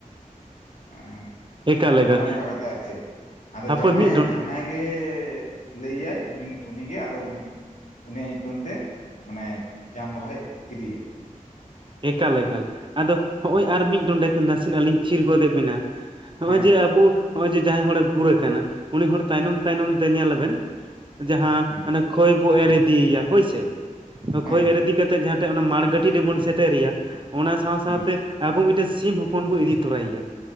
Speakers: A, on the left (about 60°); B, on the right (about 35°).
A: ᱾
B: ᱮᱠᱟᱞ ᱮᱠᱟᱞ
A: ᱚᱱᱮ ᱚᱱᱠᱟ ᱠᱟᱛᱮ ᱟᱨ ᱪᱮᱫ, ᱟᱫᱚ
B: ᱦᱟᱯᱳᱭ
A: ᱡᱟᱦᱟᱸᱭᱟᱜ
B: ᱢᱤᱫ ᱰᱚᱸ
A: ᱡᱟᱦᱟᱸ ᱡᱟᱦᱟᱸᱭ ᱜᱮ ᱞᱟᱹᱭᱟᱭ ᱩᱱᱤ ᱩᱱᱤᱜᱮ ᱟᱫᱚ ᱩᱱᱤ ᱩᱱᱤᱭᱟᱜ ᱧᱩᱛᱩᱢ ᱛᱮ ᱢᱟᱱᱮ ᱡᱟᱝ ᱵᱟᱦᱟᱭ ᱤᱫᱤᱭᱟ᱾
B: ᱮᱠᱟᱞ ᱮᱠᱟᱞ ᱟᱫᱚ ᱦᱚᱸᱜᱼᱚᱭ
A: ᱦᱮᱸ
B: ᱟᱨ ᱢᱤᱫ ᱰᱚᱸᱰᱮᱜ ᱱᱟᱥᱮ ᱱᱟᱜ ᱞᱤᱧ ᱛᱷᱤᱨ ᱜᱚᱫᱮᱜ ᱵᱤᱱᱟ᱾ ᱱᱚᱜᱼᱚᱭ
A: ᱦᱮᱸ
B: ᱡᱮ ᱟᱵᱩ ᱱᱚᱜᱼᱚᱭ ᱡᱮ ᱡᱟᱦᱟᱸᱭ ᱦᱚᱲᱮ ᱜᱩᱨ ᱠᱟᱱᱟ, ᱩᱱᱤ ᱦᱚᱲ ᱛᱟᱭᱱᱚᱢ ᱛᱟᱭᱱᱚᱢ ᱛᱮ ᱧᱮᱞ ᱟᱵᱮᱱ ᱡᱟᱦᱟᱸ
A: ᱦᱮᱸ
B: ᱠᱷᱚᱭ ᱵᱚ ᱮᱨ ᱤᱫᱤᱭᱮᱭᱟ ᱦᱳᱭᱥᱮ,
A: ᱦᱮᱸ
B: ᱠᱷᱚᱭ ᱮᱨ ᱤᱫᱤ ᱤᱫᱤ ᱠᱟᱛᱮᱜ ᱡᱟᱦᱟ ᱴᱷᱮᱜ ᱚᱱᱟ ᱢᱟᱬᱜᱟᱹᱴᱤ ᱨᱮᱵᱚᱱ ᱥᱮᱴᱮᱨᱮᱭᱟ, ᱚᱱᱟ ᱥᱟᱶ ᱥᱟᱶ
A: ᱦᱮᱸ
B: ᱛᱮ ᱟᱵᱚ ᱢᱤᱫᱴᱮᱱ ᱥᱤᱢ ᱦᱚᱯᱚᱱ ᱵᱚᱱ ᱤᱫᱤ ᱛᱚᱨᱟᱭᱮᱭᱟ